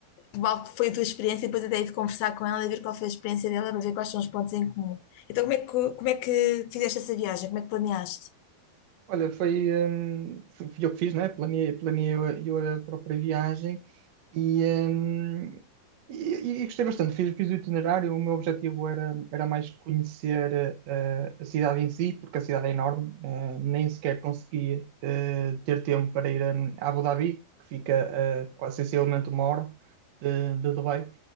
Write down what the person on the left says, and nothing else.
qual foi a tua experiência e depois até ir de conversar com ela e ver qual foi a experiência dela para ver quais são os pontos em comum. Então, como é que, como é que fizeste essa viagem? Como é que planeaste?